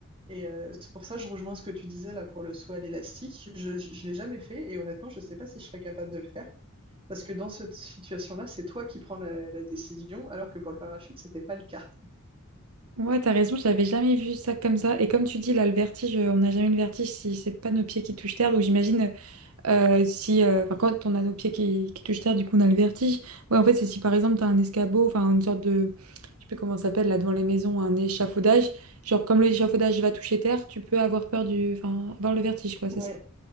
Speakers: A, on the right; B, on the right.
A: Et euh, c'est pour ça que je rejoins ce que tu disais là pour le saut à l'élastique. Je ne l'ai jamais fait et honnêtement, je ne sais pas si je serais capable de le faire parce que dans cette situation-là, c'est toi qui prends la, la décision alors que pour le parachute, c'était pas le cas.
B: Ouais, t'as raison, j'avais jamais vu ça comme ça. Et comme tu dis, là, le vertige, euh, on n'a jamais le vertige si c'est pas nos pieds qui touchent terre. Donc j'imagine, euh, Euh, si, euh, enfin, quand on a nos pieds qui, qui touchent terre, du coup, on a le vertige. Ouais, en fait, c'est si par exemple, tu as un escabeau, enfin, une sorte de, je sais plus comment ça s'appelle, là, devant les maisons, un échafaudage. Genre, comme l'échafaudage va toucher terre, tu peux avoir peur du, enfin, avoir le vertige, quoi, c'est
A: Ouais,
B: ça.